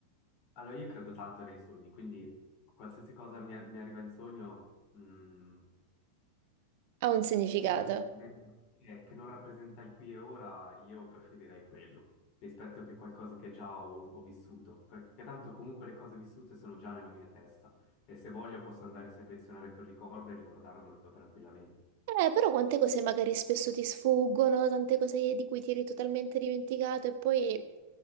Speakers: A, on the left; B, on the right.
A: Allora, io credo tanto nei sogni, quindi qualsiasi cosa mi, mi arriva in sogno, mm,
B: Ha un significato.
A: che non rappresenta eh, che non rappresenta il qui e ora, io preferirei quello rispetto che qualcosa che già ho, ho vissuto, perché tanto comunque le cose vissute sono già nella mia testa e se voglio posso andare a selezionare quel ricordo e riguardarmelo tranquillamente.
B: Eh, però quante cose magari spesso ti sfuggono, tante cose di cui ti eri totalmente dimenticato e poi